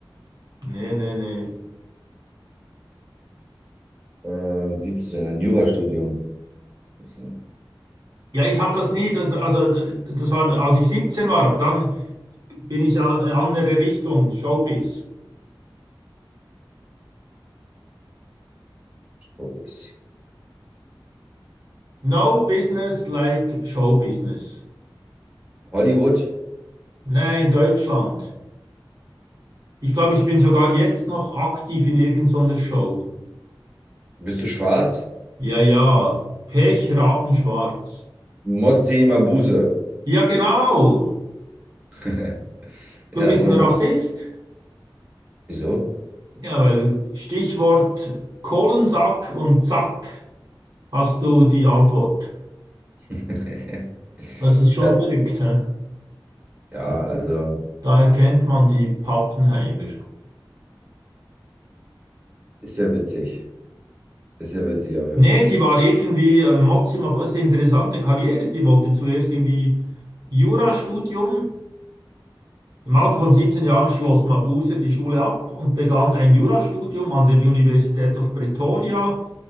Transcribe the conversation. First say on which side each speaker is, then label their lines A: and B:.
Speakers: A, on the right; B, on the right.
A: Nee, nee, nee.
B: äh, 17, ein Jurastudium. Das ist ein
A: Ja, ich habe das nie, das- also das war, als ich 17 war, aber dann bin ich ja in eine andere Richtung, Showbiz.
B: Showbiz.
A: No business like Showbusiness.
B: Hollywood,
A: Nein, in Deutschland. Ich glaube, ich bin sogar jetzt noch aktiv in irgendeiner Show.
B: bist du schwarz?
A: Ja, ja. Pech, Rabenschwarz.
B: Motsi Mabuse.
A: Ja, genau.
B: <laughs> Ja,
A: Du bist
B: sauber.
A: ein Rassist.
B: Wieso?
A: Ja, weil Stichwort Kohlensack und Zack hast du die Antwort.
B: <laughs>
A: Das ist schon
B: Ja,
A: verrückt, hä?
B: ja, also,
A: Da erkennt man die Pappenheimer.
B: ist ja witzig. Ist ja witzig auf jeden
A: Nee,
B: Fall.
A: die war irgendwie äh, Mozima, aber es ist eine interessante Karriere. Die wollte zuerst irgendwie Jurastudium. Im Alter von 17 Jahren schloss Mabuse die Schule ab und begann ein Jurastudium an der Universität of Pretoria.